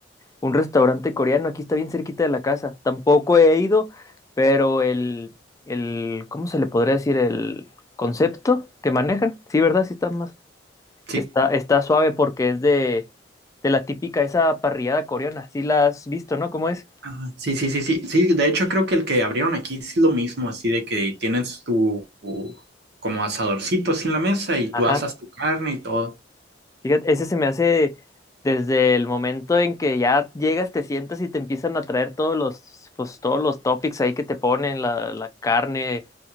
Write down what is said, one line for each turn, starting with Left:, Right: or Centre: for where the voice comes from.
Left: un restaurante coreano. Aquí está bien cerquita de la casa. Tampoco he ido, pero el, el, ¿cómo se le podría decir? El concepto que manejan. Sí, ¿verdad? Sí está más.
Right: Sí.
Left: Está, está suave porque es de, de la típica, esa parrillada coreana. Sí la has visto, ¿no? ¿Cómo es?
Right: Ajá, Sí, sí, sí, sí, sí, de hecho creo que el que abrieron aquí es lo mismo, así de que tienes tu, tu como asadorcito así en la mesa y
Left: Ajá.
Right: tú asas tu carne y todo.
Left: Fíjate, ese se me hace desde el momento en que ya llegas, te sientas y te empiezan a traer todos los, pues, todos los topics ahí que te ponen, la, la carne,